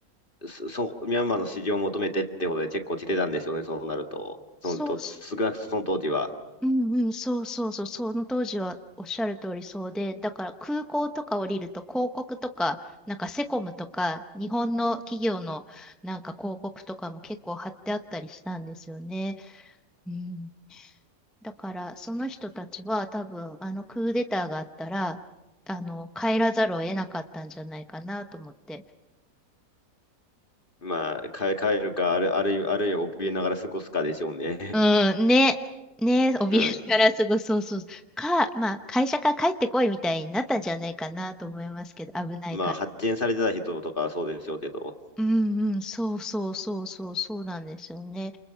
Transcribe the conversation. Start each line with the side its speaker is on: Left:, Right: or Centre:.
Left: そ、そう、ミャンマーの支持を求めてってことで結構来てたんでしょうね、そうなると。そのと、
Centre: そう
Left: 少なくともその当時は。
Centre: うんうん、そうそうそう、その当時はおっしゃる通りそうで、だから空港とか降りると広告とか、なんかセコムとか、日本の企業のなんか広告とかも結構貼ってあったりしたんですよね。うん、だからその人たちは多分あのクーデターがあったら、あの帰らざるを得なかったんじゃないかなと思って。
Left: まあ、か帰るか、ある、あるいは、あるいは怯えながら過ごすかでしょうね。
Centre: うん、ね。ね、怯えながらすぐ、
Left: <laughs> はい。
Centre: そうそう。か、まあ、会社から帰ってこいみたいになったんじゃないかなと思いますけど、危ないから。
Left: まあ、発見されてた人とかはそうでしょうけど。
Centre: うんうん、そうそうそうそうそうなんですよね。